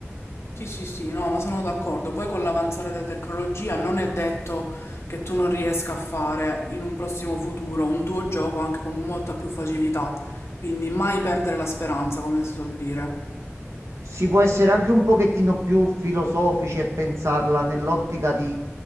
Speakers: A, on the left; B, on the right.
A: Sì, sì, sì, no, ma sono d'accordo. Poi con l'avanzare della tecnologia non è detto che tu non riesca a fare in un prossimo futuro un tuo gioco anche con molta più facilità. Quindi mai perdere la speranza, come si suol dire.
B: Si può essere anche un pochettino più filosofici e pensarla nell'ottica di